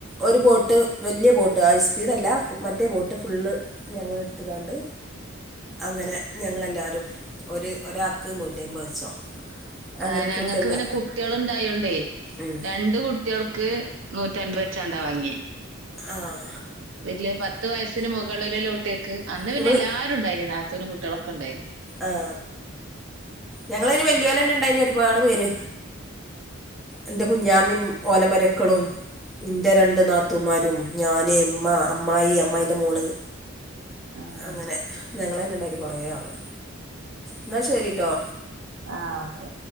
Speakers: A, in the centre; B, on the right (about 70°).
A: ഒരു ബോട്ട് വല്യ ബോട്ട് ഹൈസ്പീഡ് അല്ല മറ്റേ ബോട്ട് ഫുള്ള് ഞങ്ങ എടുത്ത കാണ്ട് അങ്ങനെ ഞങ്ങളെല്ലാവരും ഒരു ഒരാക്ക് നൂറ്റമ്പത് വെച്ചോ അങ്ങനെട്ട്
B: ആ ഞങ്ങൾക്ക്
A: എടുത്തുണ്ട്
B: പിന്നെ കുട്ടികൾ ഇണ്ടായോണ്ടേ
A: ഉം
B: രണ്ട് കുട്ടികൾക്ക് നൂറ്റ അപത്തി ചണ്ട വാങ്ങി
A: ആഹ
B: വല്യ പത്ത് വയസിന് മുകളില ലോട്ടിയക്ക് അന്ന്
A: നിങ്ങൾ
B: പിന്നെ എല്ലാരും ഉണ്ടായിന ത്തനുംട്ടികളൊക്കെണ്ടായിരുന്നു
A: ആഹ ഞങ്ങളന് വല്ലിയ പോലെന്നെ ഇണ്ടായിന് ഒരുപാട് പേര് എന്റെ കുഞ്ഞാമി ഓലമരക്കളും എന്റെ രണ്ട് നാത്തുമാരും ഞാന് ഇമ്മ അമ്മായി അമ്മായിന്റ മോള്
B: ആഹ്
A: അങ്ങനെ ഞങ്ങള തന്ന ഇണ്ടായിനി കൊറെ ആള് എന്നാൽ ശരിട്ടോ
B: ആഹ ഓക്കെ